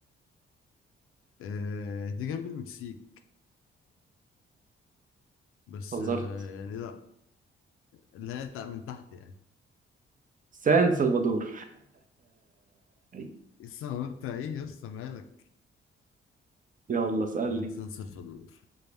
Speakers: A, on the left (about 85°); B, on the right (about 40°).
A: آه دي جنب المكسيك بس
B: هزرت
A: آه يعني لا لا تع- من تحت يعني
B: سان سلفادور <laughs>
A: لسه هو انت ايه يا اسطى مالك؟
B: يلا اسألني
A: يقول لك سان سلفادور